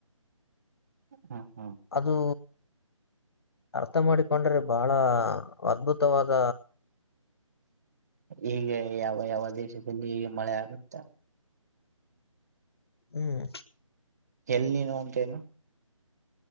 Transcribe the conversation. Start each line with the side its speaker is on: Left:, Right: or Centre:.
Right: ಹಾ
Left: ಅದು ಅರ್ಥ ಮಾಡಿಕೊಂಡ್ರೆ ಬಹಳ ಅದ್ಭುತವಾದ
Right: ಹೀಗೆ ಯಾವ ಯಾವ ದೇಶದಲ್ಲಿ ಹೀಗೆ ಮಳೆ ಆಗುತ್ತೆ
Left: ಹ್ಮ್
Right: ಎಲ್ಲಿನು ಅಂತೇನು